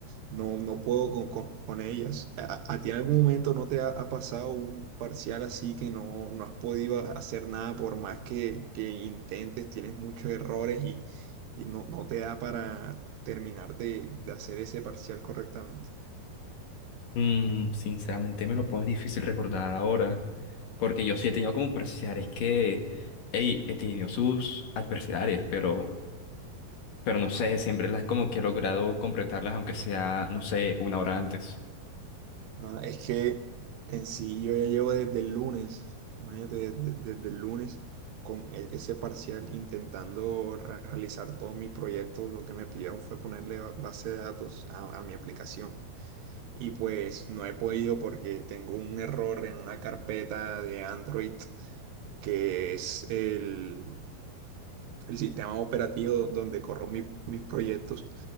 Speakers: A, on the right (about 75°); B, on the left (about 60°).
A: no, no puedo con, con- con ellas. ¿A, a ti en algún momento no te ha, ha pasado un parcial así que no, no has podido a- hacer nada por más que, que intentes? Tienes muchos errores y, y no, no te da para terminar de de hacer ese parcial correctamente.
B: Mm, sinceramente me lo pones difícil recordar ahora, porque yo sí he tenido como parciales que, hey, he tenido sus adversidades, pero, pero no sé, siempre las como que he logrado completarlas, aunque sea, no sé, una hora antes.
A: No, es que en sí yo ya llevo desde el lunes, imagínate, de- de- desde, el lunes con e- ese parcial intentando ra- realizar todos mis proyectos, lo que me pidieron fue ponerle ba- base de datos a, a mi aplicación. Y pues no he podido porque tengo un error en una carpeta de Android que es el, el sistema operativo donde corro mi- mis proyectos